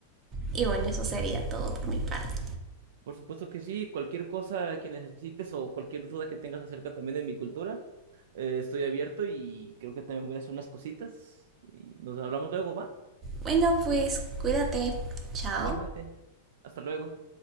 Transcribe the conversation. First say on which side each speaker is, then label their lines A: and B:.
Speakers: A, on the right; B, on the right.
A: y bueno, eso sería todo por mi parte.
B: Por supuesto que sí, cualquier cosa que necesites o cualquier duda que tengas acerca también de mi cultura, eh, estoy abierto y creo que también voy a hacer unas cositas y nos hablamos luego, ¿va?
A: Bueno, pues cuídate. Chao.
B: Igualmente. Hasta luego.